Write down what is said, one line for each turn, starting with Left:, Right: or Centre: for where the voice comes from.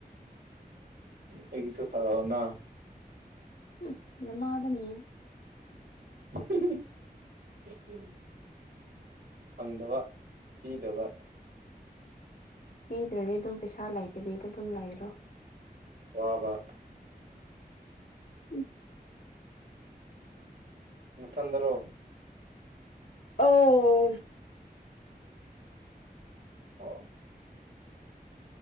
Right: ꯑꯩꯒꯤꯁꯨꯁꯨ ꯊꯔꯑꯣꯅ
Left: ꯎ ꯏ ꯃꯥꯗꯅꯤ
Right: ꯎ ꯎ ꯐꯪꯗꯕ ꯄꯤꯗꯕ
Left: ꯄꯤꯗ꯭ꯔꯗꯤ ꯑꯗꯨꯝ ꯄꯩꯁꯥ ꯂꯩꯇꯕꯤꯗ ꯑꯗꯨꯝ ꯂꯩꯔꯣ
Right: ꯋꯥ ꯋꯥ
Left: ꯎꯝ
Right: ꯂ ꯆꯟꯗ꯭ꯔꯣ
Left: ꯑꯣ
Right: ꯑꯣ